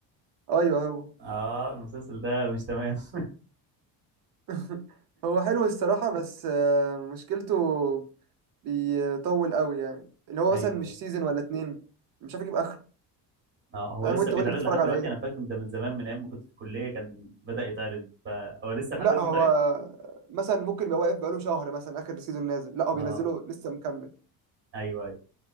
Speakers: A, on the right; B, on the right.
A: أيوه هو
B: اه المسلسل ده مش تمام <laughs>
A: <laughs> هو حلو الصراحة بس آه، مشكلته بيطول قوي يعني اللي هو
B: ايوه
A: مثلا مش
B: ايوه
A: سيزون ولا اتنين مش عارف يجيب آخره
B: اه هو
A: فاهم
B: لسه
A: وانت
B: بيتعرض
A: قول لي بتتفرج
B: لحد
A: على
B: دلوقتي
A: ايه
B: انا فاكر ده من زمان من ايام ما كنت في الكليه كان بدأ يتعرض فهو لسه لحد
A: لا
B: دلوقتي
A: هو
B: بيتعرض
A: مثلا ممكن يبقى واقف بقاله شهر مثلا اخر سيزون نازل لا هو بينزله
B: اه
A: لسه مكمل
B: ايوه ايوه